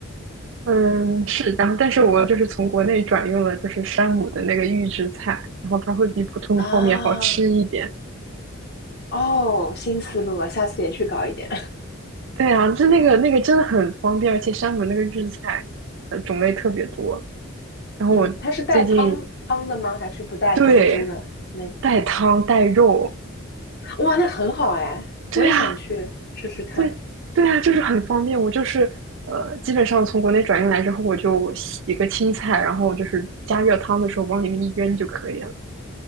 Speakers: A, on the right (about 60°); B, on the left (about 50°).
A: 嗯，是，然后但是我就是从国内转用了就是山姆的那个预制菜，然后它会比普通的泡面好吃一点。
B: 啊，哦，新思路了，下次也去搞一点。
A: 对啊，就那个那个真的很方便，而且山姆那个预制菜，呃，种类特别多。然后我最近
B: 你们它是带汤汤的吗？还是不带汤汁的？
A: 对
B: 那
A: 带汤带肉，
B: 哇，那很好哎，
A: 对啊，
B: 我也想去试试看。
A: 对对啊，就是很方便。我就是呃，基本上从国内转运来之后，我就洗个青菜，然后就是加热汤的时候往里面一扔就可以了。